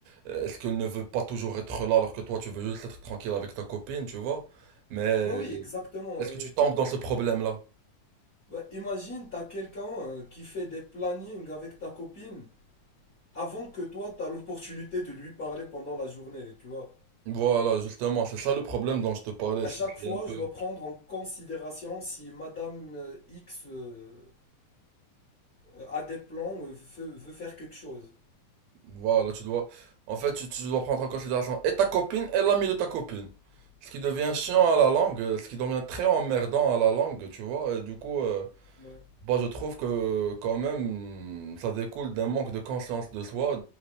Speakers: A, on the right; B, on the left.
A: Euh, Est-ce qu'elle ne veut pas toujours être là alors que toi, tu veux juste être tranquille avec ta copine, tu vois? Mais
B: Bah oui, exactement.
A: est-ce que
B: Et,
A: tu tombes dans ce problème-là?
B: bah, imagine, t'as quelqu'un euh, qui fait des plannings avec ta copine avant que toi, t'as l'opportunité de lui parler pendant la journée, tu vois.
A: Voilà, justement, c'est ça le problème dont je te parlais.
B: À
A: c'est
B: chaque
A: que
B: fois,
A: un peu...
B: je dois prendre en considération si Madame euh, X euh, euh, a des plans ou veut, veut faire quelque chose.
A: Voilà, tu dois... En fait, tu, tu dois prendre en considération et ta copine et l'ami de ta copine. Ce qui devient chiant à la langue, euh, ce qui devient très emmerdant à la langue, tu vois. Et du coup, euh,
B: Ouais.
A: bah, je trouve que quand même, ça découle d'un manque de conscience de soi